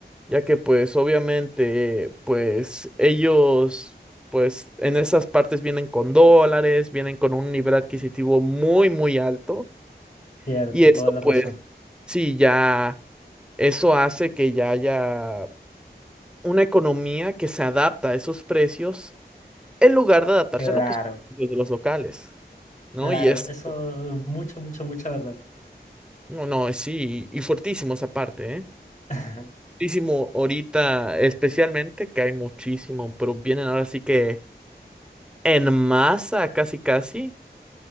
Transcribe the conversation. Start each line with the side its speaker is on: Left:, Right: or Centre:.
Centre: ya que pues obviamente pues ellos pues en esas partes vienen con dólares, vienen con un nivel adquisitivo muy muy alto
Left: cierto,
Centre: y esto
Left: toda la razón.
Centre: pues sí ya eso hace que ya haya una economía que se adapta a esos precios en lugar de adaptarse
Left: Claro,
Centre: a lo que son los precios de los locales. ¿no?
Left: claro,
Centre: Y es,
Left: eso, mucho, mucho, mucha verdad.
Centre: no, no, sí, y fuertísimos aparte, ¿eh?
Left: <laughs>
Centre: Fuertísimo ahorita, especialmente, que hay muchísimo, pero vienen ahora sí que en masa, casi, casi.